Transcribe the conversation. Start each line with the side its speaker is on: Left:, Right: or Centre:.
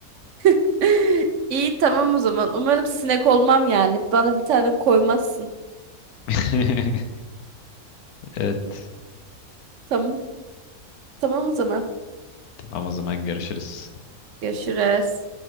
Right: <laughs> İyi tamam o zaman. Umarım sinek olmam yani. Bana bir tane koymazsın.
Left: <laughs> Evet.
Right: Tamam. Tamam o zaman.
Left: Tamam o zaman görüşürüz.
Right: Görüşürüz.